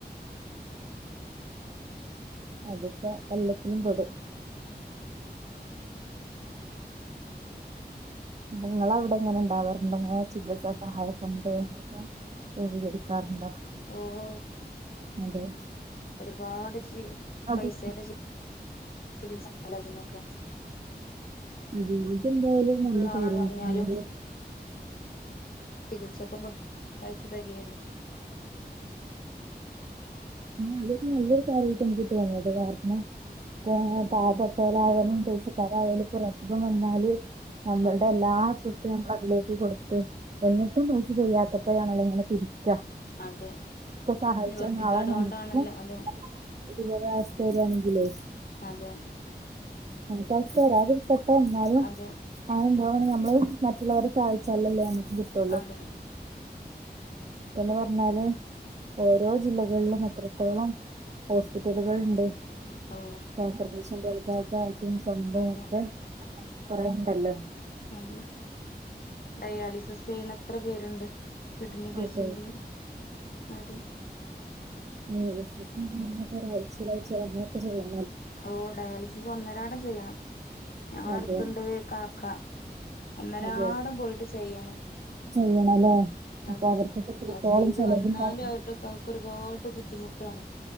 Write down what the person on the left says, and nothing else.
ഓ ഓ
ഒര്പാട് ചി പൈസേടെ
ചികിത്സതിനൊക്കെ
ആളാണ്
പറഞ്ഞാലും
ചികിത്സക്കൊക്കെ പൈസ തെകയൂലെ
അതെ
അതെ
നിവർത്തിക്കേട്
കൊണ്ടാണല്ലോ അതെ
അതെ
അതെ
അതെ
ഓ
അതെ
അതെ ഡയാലി <unintelligible> ചെയ്യ്ണത് എത്ര പേര്ണ്ട് കിഡ്നി പേഷ്യന്റുകൾ
ആര്
ഓ ഡയാലിസിസ് ഒന്നരാ ടം ചെയ്യണം ഞങ്ങളെ
അടുത്ത്ണ്ടൊര് കാക്ക ഒന്നരാടം
പോയിട്ട് ചെയ്യണം
അതെ
അയ് ചെയ്ത്
വന്നാലും അവരുടെക്കെ അവക്ക് ഒരുപാ ട്ട് ബുദ്ധിമുട്ടാണ്